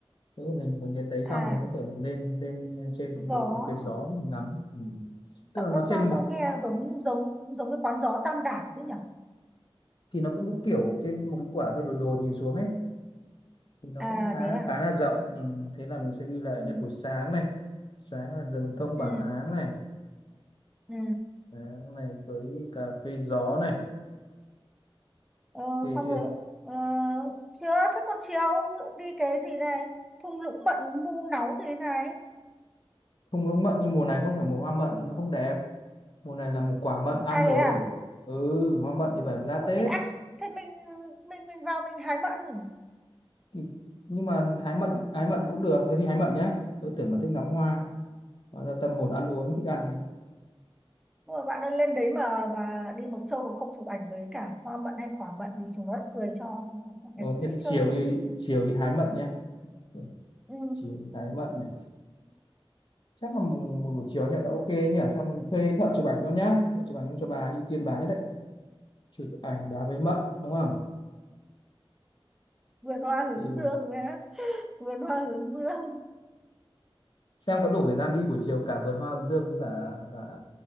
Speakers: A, on the left; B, in the centre.
A: nếu mình mình đến đấy xong
B: à
A: mình có thể lên lên trên
B: gió
A: cái cà phê gió mình ngắm ừ.
B: sao,
A: tức là nó trên
B: sao,
A: một
B: sao nghe giống giống giống cái quán gió Tam Đảo thế nhỉ
A: thì nó cũng có kiểu trên một cái quả hơi đồi đồi nhìn xuống ấy thì nó
B: à
A: cũng khá
B: thế à
A: khá là rộng ừ. thế là mình sẽ ghi lại
B: ừ.
A: như buổi sáng này sáng là rừng thông
B: Ừ.
A: bảng áng này
B: Ừ.
A: Áng này với cà phê gió này
B: Ờ,
A: kê
B: xong
A: chưa
B: rồi ờ, chưa thế còn chiều ví dụ đi cái gì này thung lũng mận mu náu gì này
A: thung lũng mận nhưng mùa này không phải mùa hoa mận nó không đẹp mùa này là một quả mận ăn
B: à
A: rồi
B: thế à
A: ừ hoa mận thì phải ra
B: Ủa
A: Tết
B: thì ăn thế mình mình mình vào mình hái mận
A: Ừ, nhưng mà hái mận hái mận cũng được thế thì hái mận nhá tôi tưởng mà thích ngắm hoa hóa ra tâm hồn ăn uống thích ăn thôi
B: Nhưng mà bạn ơi lên đấy mà và đi Mộc Châu mà không chụp ảnh với cả hoa mận hay quả mận thì chúng nó lại cười cho con bé
A: Ồ,
B: cứ
A: thế
B: đi
A: thì chiều
B: chơi
A: đi chiều đi hái mận nhá Ừ,
B: ừ.
A: chiều đi hái mận này chắc là một, một buổi chiều nhận là ok nhỉ xong mình thuê thợ chụp ảnh luôn nhá thợ chụp ảnh cho bà ưu tiên bà nhất đấy chụp ảnh bà với mận đúng không
B: vườn hoa hướng
A: Ừ.
B: dương nữa <laughs> vườn hoa hướng dương
A: xem có đủ thời gian đi buổi chiều cả vườn hoa hướng dương với cả cả